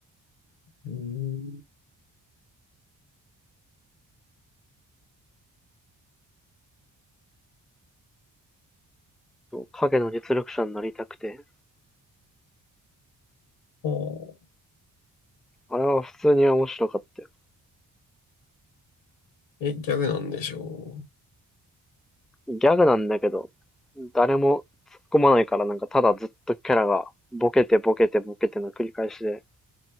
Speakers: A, on the left; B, in the centre.
A: うーん。
B: 影の実力者になりたくて、
A: ああ、
B: あれは普通に面白かったよ。
A: え、ギャグなんでしょ
B: ギャグなんだけど、誰も突っ込まないからなんかただずっとキャラがボケてボケてボケての繰り返しで、